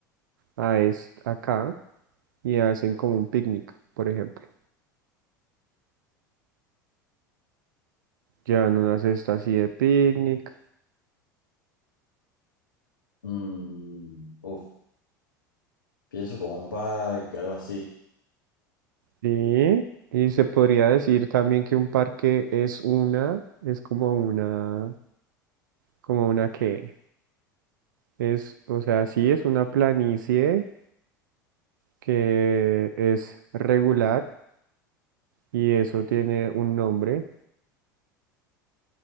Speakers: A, on the right; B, on the left.
A: a es- acá y hacen como un picnic, por ejemplo. Llevan una cesta así de picnic
B: Mm, uf, pienso como un parque, algo así.
A: Sí, y se podría decir también que un parque es una, es como una, como una que es, o sea, sí es una planicie que es regular y eso tiene un nombre.